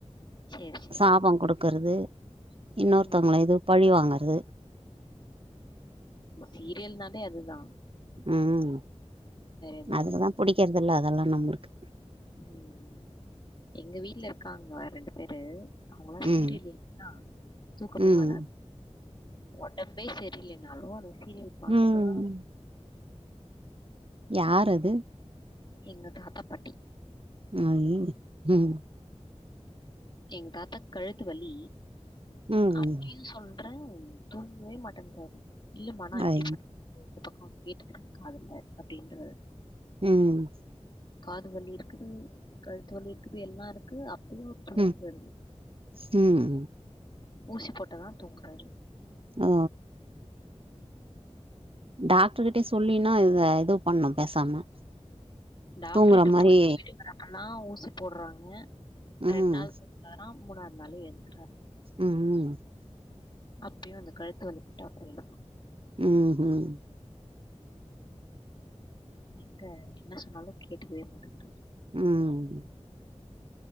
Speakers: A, on the left (about 45°); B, on the right (about 55°).
A: சரி சரி
B: சாபோ குடுக்கறது இன்னோர்த்தவுங்கள
A: ம்
B: இது பழி வாங்கறது
A: ம் சீரியல்னாலே அதுதா
B: ம்
A: எதுவும்
B: அதுக்குதா
A: இல்ல
B: புடிக்கற்தில்ல அதெல்லா நம்ளுக்கு
A: ம் எங்க வீட்ல இருக்காங்க ரெண்டு பேரு அவுங்கல்லா சீரியல்
B: ம்
A: இல்லைன்னா தூக்கமே
B: ம்
A: வராது ஒடம்பே செரியில்லைனாலு அந்த சீரியல பாத்துட்டுதா
B: ம் யார் அது
A: எங்க தாத்தா பாட்டி
B: ஐய்யியே ம்
A: எங் தாத்தாக் கழுத்து வலி
B: ம்
A: அப்பயு சொல் ற தூங்வே மாட்டன்ட்டாரு இல்லமா நா இப்டி
B: ஐ
A: படு இந்த பக்கோ கேட்டுக்றே காதுல அப்டின்றாரு
B: ம்
A: காது வலி இருக்குது கழுத்து வலி இருக்குது எல்லா இருக்கு அப்பயு தூங்கறது
B: ம் ம்
A: ஊசி போட்டதா தூங்றாரு
B: ஆ
A: <inaudible>
B: டாக்டர் கிட்டே சொல்லினா இத எதோ பண்ணு பேசாம
A: டாக்டர்
B: தூங்குற
A: கிட்ட
B: மாரி
A: போய்ட்டு <inaudible> வரப்பெல்லா ஊசி போட்றாங்க
B: ம்
A: ரெண் நாள் போட்டா தா மூணாவ்த் நாளு எழ்ந்துர்றாரு
B: ம் ம்
A: அப்பயு அந்த கழுத்து வலி மட்டு அப்டியே இருக்கு
B: ம் ம்
A: எங்க என்ன சொன்னாலு கேட்டுக்கவே மாட்டன்றாரு
B: ம் ம்